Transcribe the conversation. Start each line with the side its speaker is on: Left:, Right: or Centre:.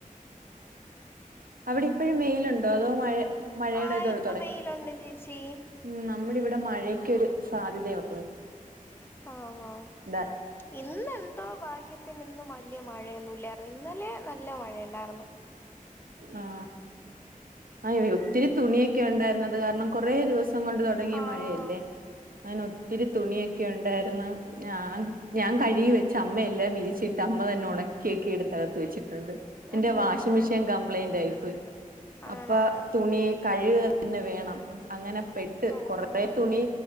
Right: അവിടെ ഇപ്പഴും വേയിലുണ്ടോ അതോ മഴ മഴയുടെ
Left: ആഹ്
Right: ഇത്
Left: ഇപ്പൊ
Right: തൊട
Left: വെയിലുണ്ട് ചേച്ചി
Right: ഉം നമ്മുടെ ഇവിടെ മഴയ്ക്കൊരു സാധ്യതയൊണ്ട്
Left: ആഹ് ആഹ്
Right: ഇതാ
Left: ഇന്നെന്തോ ഭാഗ്യത്തിന് ന്ന് വല്യ മഴയൊന്നുല്ല ഇന്നലെ നല്ല മഴ ണ്ടായിർന്ന്
Right: ആ ആ ഒത്തിരി തുണിയൊക്കെ ഉണ്ടായിരുന്നത് കാരണം കൊറെ ദിവസം കൊണ്ട് തുടങ്ങിയ
Left: ആ
Right: മഴയല്ലേ അങ്ങനെ ഒത്തിരി തുണിയൊക്കെ ഉണ്ടായിരുന്നു ഞാ ഞാൻ കഴുകി വെച്ച് അമ്മയെല്ലാം വിരിച്ചിട്ട് അമ്മ തന്നെ ഉണക്കി യെക്കെ എടുത്ത ത് വെച്ചിട്ടുണ്ട്. എന്റെ
Left: ഉം
Right: വാഷിംഗ് മിഷേൻ കംപ്ലയിന്റ് ആയി പോയി.
Left: ആണോ
Right: അപ്പ തുണി കഴുക തന്നെ വേണം അങ്ങനെ പെട്ട്
Left: ഓ
Right: കൊറെ
Left: ഓ
Right: തുണി
Left: ഓ